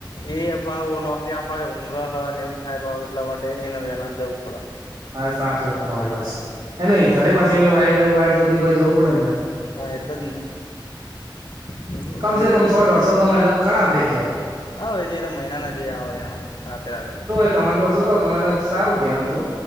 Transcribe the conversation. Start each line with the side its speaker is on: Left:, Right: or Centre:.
Left: એ પાછો નોકરીમાં ઊંઘે છે ને હું કરે છે એટલા માટે જવું પડે સવારે વહેલા.
Right: હા, સાચી વાત તમારી પાસે એ ન ઘરે પાસે એમને અવાઈ સુધી ભાઈ જવું પડે ને યાર.
Left: હા, એટલે જ ને. બીજું
Right: કમસે
Left: કો
Right: કમ સો-ડોઢસો કમાઈ એટલે ઘણા થઈ ગયા.
Left: હા, જે મહિનાના જે આવે એ રાત્રે-રાત્રે તો.
Right: સો દોઢસો કમાય એ તો સારું કહેવાય.